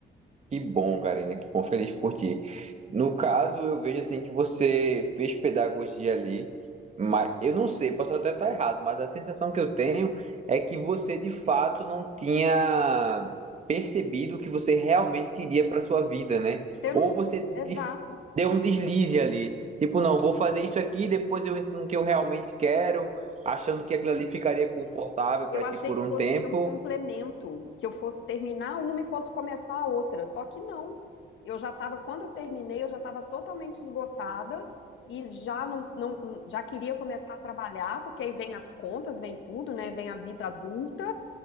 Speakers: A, on the right; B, on the left.
A: Que bom, Karina, que bom, feliz por ti. No caso, eu vejo assim que você fez pedagogia ali, mas eu não sei, posso até estar errado, mas a sensação que eu tenho é que você de fato não tinha percebido o que você realmente queria para sua vida, né?
B: Eu
A: Ou
B: não,
A: você
B: exato.
A: de- deu um deslize ali, tipo, não, vou fazer isso aqui, depois eu entro no que eu realmente quero, achando que aquilo ali ficaria confortável
B: Eu
A: para ti
B: achei
A: por
B: que
A: um
B: fosse
A: tempo.
B: ser um complemento, que eu fosse terminar uma e fosse começar a outra, só que não. Eu já estava, quando eu terminei, eu já estava totalmente esgotada e já não, não, já queria começar a trabalhar, porque aí vem as contas, vem tudo, né, vem a vida adulta.